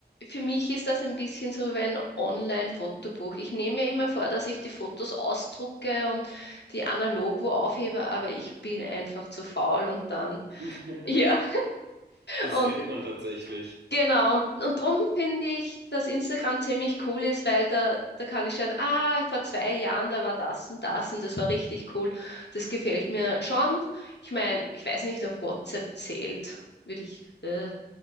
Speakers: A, on the left; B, on the right.
A: für mich ist das ein bisschen so wie ein Online-Fotobuch. Ich nehme mir immer vor, dass ich die Fotos ausdrucke und die analog wo aufhebe, aber ich bin einfach zu faul und dann,
B: <laughs>
A: <laughs> ja,
B: das
A: und
B: kennt man tatsächlich.
A: Genau, und, und darum finde ich, dass Instagram ziemlich cool ist, weil da, da kann ich schauen, ah, vor zwei Jahren, da war das und das und das war richtig cool. Das gefällt mir schon. Ich meine, ich weiß nicht, ob WhatsApp zählt, würde ich, äh,